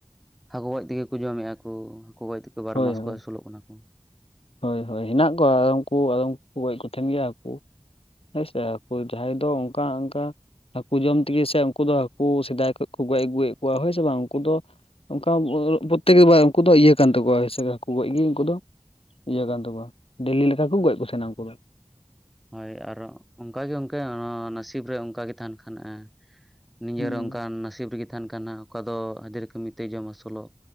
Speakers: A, in the centre; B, on the left (about 65°).
A: ᱦᱟᱹᱠᱩ ᱜᱚᱡ ᱛᱮᱜᱮ ᱠᱚ ᱡᱚᱢᱮᱜᱼᱟ ᱠᱚ ᱦᱟᱹᱠᱩ ᱜᱚᱡ ᱛᱮᱜᱮ ᱵᱟᱨᱚ
B: ᱦᱳᱭ
A: ᱢᱟᱥ
B: ᱦᱳᱭ
A: ᱠᱚ ᱟᱹᱥᱩᱞᱚᱜ ᱠᱟᱱᱟ ᱠᱚ᱾
B: ᱦᱳᱭ ᱦᱳᱭ ᱦᱮᱱᱟᱜ ᱠᱚᱣᱟ ᱟᱫᱚᱢᱠᱩ ᱟᱫᱚᱢ ᱠᱚ ᱜᱚᱡ ᱠᱚ ᱛᱟᱦᱮᱱ ᱜᱮᱭᱟ ᱦᱟᱹᱠᱩ ᱦᱮᱸᱥᱮ ᱡᱟᱦᱟᱸᱭ ᱫᱚ ᱚᱱᱠᱟ ᱚᱱᱠᱟ ᱦᱟᱹᱠᱩ ᱡᱚᱢ ᱛᱮᱜᱮ ᱥᱮ ᱩᱱᱠᱩ ᱫᱚ ᱦᱟᱹᱠᱩ ᱥᱮᱫᱟᱭ ᱠᱷᱚᱱ ᱠᱚ ᱜᱚᱡ ᱟᱹᱜᱩᱭᱮᱫ ᱠᱚᱣᱟ ᱦᱳᱭ ᱥᱮ ᱵᱟᱝ ᱩᱱᱠᱩ ᱫᱚ, ᱚᱱᱠᱟ ᱯᱨᱚᱛᱮᱠᱵᱟᱨ ᱩᱱᱠᱩ ᱫᱚ ᱤᱭᱟᱹ ᱠᱟᱱ ᱛᱟᱠᱚᱣᱟ ᱮᱥᱮ ᱜᱮ ᱦᱟᱹᱠᱩ ᱜᱚᱡ ᱜᱮ ᱩᱱᱠᱩ ᱫᱚ, ᱤᱭᱟᱹ ᱠᱟᱱ ᱛᱟᱠᱚᱣᱟ ᱰᱮᱞᱤ ᱞᱮᱠᱟ ᱠᱚ ᱜᱚᱡ ᱠᱚ ᱥᱮᱱᱚᱜᱼᱟ ᱩᱱᱠᱩ ᱫᱚ᱾
A: ᱦᱳᱭ ᱟᱨ ᱚᱱᱠᱟᱜᱮ ᱚᱱᱠᱮ ᱱᱟᱥᱤᱵ ᱨᱮ ᱚᱱᱠᱟᱜ ᱜᱮ ᱛᱟᱦᱮᱱ ᱠᱷᱟᱱ, ᱱᱤᱡᱮᱨ
B: ᱦᱩᱸ
A: ᱚᱱᱠᱟᱱ ᱱᱟᱥᱤᱵ ᱨᱮᱜᱮ ᱛᱟᱦᱮᱱ ᱠᱟᱱ ᱚᱠᱟ ᱫᱚ ᱦᱟᱹᱡᱽᱨᱤ ᱠᱟᱹᱢᱤ ᱛᱮ ᱡᱚᱢ ᱟᱹᱥᱩᱞᱚᱜ,